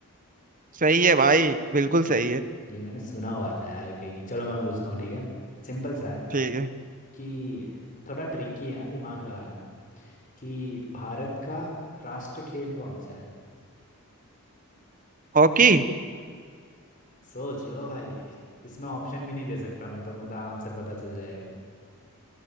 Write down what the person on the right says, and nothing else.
सही है भाई बिल्कुल सही है
ठीक है
हॉकी